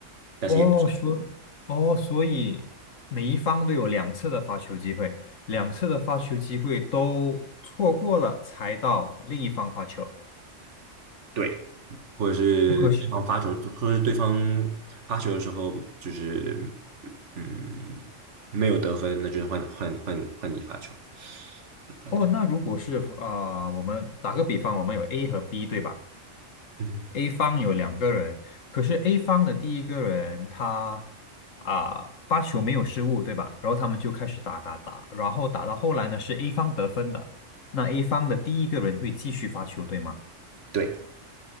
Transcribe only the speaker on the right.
但是也不是。
对，或者是对方发球，
就或者是对方发球的时候，就是嗯没有得分，那就是换换换换你发球，换发球。
嗯，
对